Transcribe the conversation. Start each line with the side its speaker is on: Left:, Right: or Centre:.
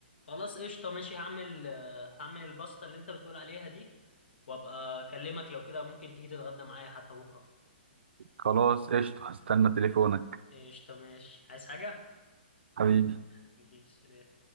Left: خلاص قشطة ماشي هعمل آه، هعمل الباستا اللي انت بتقول عليها دي وابقى اكلمك لو كده ممكن تيجي تتغدى معايا حتى بكرة
Right: خلاص قشطة هستنى تليفونك
Left: قشطة ماشي عايز حاجة؟
Right: حبيبي
Left: <laughs> حبيبي